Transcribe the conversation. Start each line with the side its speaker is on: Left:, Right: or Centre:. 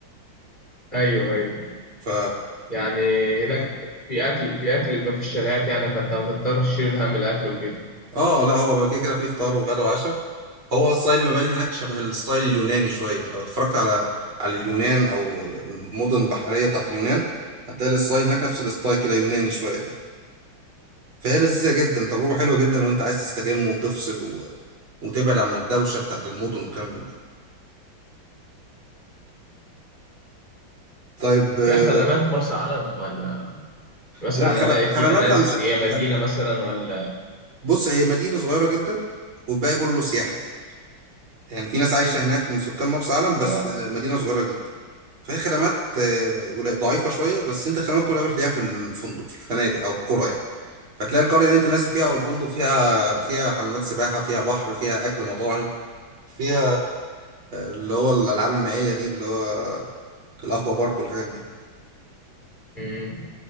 Left: أيوه أيوه
Right: ف
Left: يعني هناك في أكل في أكل بيبقى في الشاليهات يعني فأنت ما بتضطرش تشيل هم الأكل وكده
Right: اه لا هو كده كده في فطار وغدا وعشاء هو ستايل المباني هناك شبه الستايل اليوناني شويه لو اتفرجت على على اليونان او المدن البحريه بتاعت اليونان هتلاقي الستايل هناك نفس الستايل كده يوناني شويه كده فهي لذيذة جدا تجربة حلوة جدا لو انت عايز تستجم وتفصل و... وتبعد عن الدوشة بتاعت المدن والكلام من ده طيب آه،
Left: فيها خدمات مرسى علم ولا مثلا
Right: لا خر...
Left: ألاقي
Right: خدماتها
Left: فيها ناس
Right: مش
Left: هي مدينة
Right: خر-
Left: مثلا ولا
Right: بص هي مدينة صغيرة جدا والباقي كله سياحة يعني يعني في ناس عايشة هناك من سكان مرسى علم بس
Left: آه
Right: آه، مدينة صغيرة جدا فهي خدمات آه، قليل- ضعيفة شوية بس انت الخدمات كلها بتلاقيها في الفندق في الفنادق او القرى يعني فتلاقي القرية اللي انت نازل فيها او الفندق فيها فيها حمامات سباحة فيها بحر فيها اكل مطاعم فيها اللي هو الالعاب المائيه دي اللي هو الاكوا بارك والحاجات دي
Left: مم.